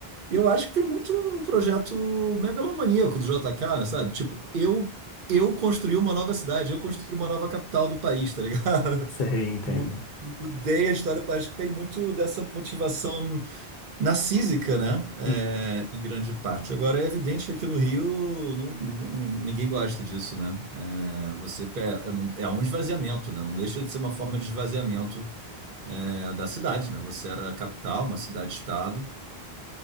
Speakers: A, on the right; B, on the left.
A: E eu acho que tem muito um projeto megalomaníaco do JK, sabe? Tipo, eu, eu construí uma nova cidade, eu construí uma nova capital do país, tá ligado?
B: Sei,
A: <laughs>
B: entendo.
A: Mu- Mudei a história, parece que tem muito dessa motivação narcísica, né?
B: Uhum.
A: Em grande parte. Agora, é evidente que aqui no Rio não, não- não- ninguém gosta disso, né? É, você pe- é não- é um esvaziamento, né? Não deixa de ser uma forma de esvaziamento, é, da cidade, né? Você era a capital, uma cidade-estado,